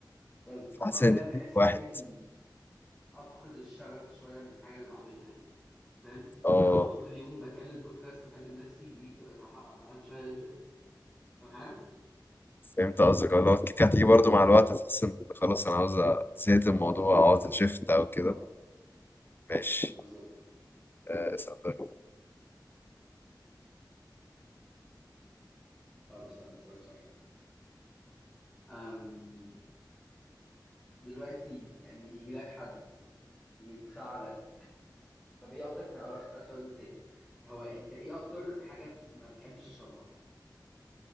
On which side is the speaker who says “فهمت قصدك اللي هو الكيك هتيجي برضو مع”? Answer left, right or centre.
Left